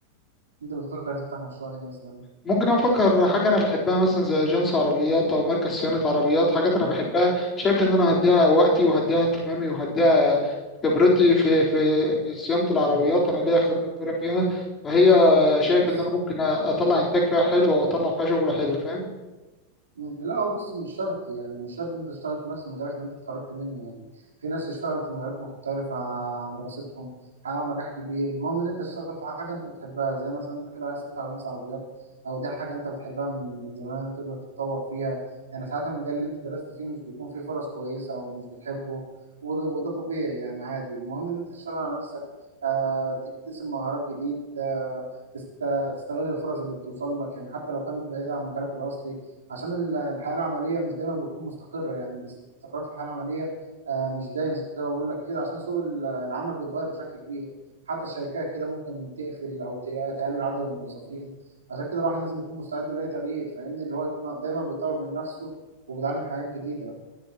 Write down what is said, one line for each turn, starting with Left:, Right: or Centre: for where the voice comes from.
Right: انت بتفكر تفتح مشروع ايه مثلا
Left: ممكن افكر حاجه انا بحبها مثلا زي اجنس عربيات او مركز صيانه عربيات حاجات انا
Right: مم.
Left: بحبها شايف ان انا هديها وقتي وهديها اهتمامي وهديها خبرتي في في في صيانه العربيات
Right: مم.
Left: انا ليا خبره كبيره فيها فهي شايف
Right: بص
Left: ان انا ممكن اطلع انتاج فيها حلو واطلع فيها شغل حلو فاهم
Right: مم، لا هو بص مش شرط يعني مش شرط ان انت تشتغل في نفس مجالك اللي انت اتخرجت منه يعني في ناس اشتغلت في مجالات مختلفة عن دراستهم حققوا نجاح كبير المهم ان انت تشتغل في حاجة انت بتحبها زي مثلا انت كده عايز تفتح اجنس عربيات او دي حاجة انت بتحبها من من زمان تقدر تتطور فيها يعني ساعات المجال اللي انت درست فيه مش بيكون فيه فرص كويسة او مش بتحبه وده, وده طبيعي يعني عادي المهم ان انت تشتغل على نفسك آه تكتسب مهارات جديدة آه تست- تستغل الفرص اللي بتوصل لك يعني حتى لو كانت بعيدة عن مجالك الأصلي عشان ال- الحياه العمليه مش دايما بتكون مستقره يعني الاستقرار في الحياه العمليه آه، مش دايم زي ما بقول لك كده عشان سوق ال- العمل بيتغير بشكل كبير حتى الشركات كده ممكن تقفل او ت- تقلل عدد الموظفين عشان كده الواحد لازم يكون مستعد لاي تغيير فاهمني اللي هو يكون دايما بيطور من نفسه وبيتعلم حاجات جديده